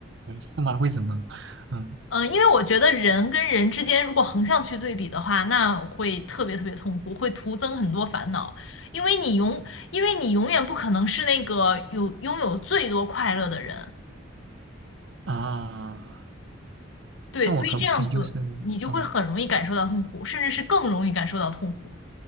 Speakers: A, on the right; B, on the left.
A: 是吗？为什么？嗯
B: 嗯，呃因为我觉得人跟人之间如果横向去对比的话，那会特别特别痛苦，会徒增很多烦恼。因为你永，因为你永远不可能是那个有拥有最多快乐的人，
A: 啊，
B: 对，
A: 那我可不可以就是嗯
B: 所以这样子你就会很容易感受到痛苦，甚至是更容易感受到痛苦。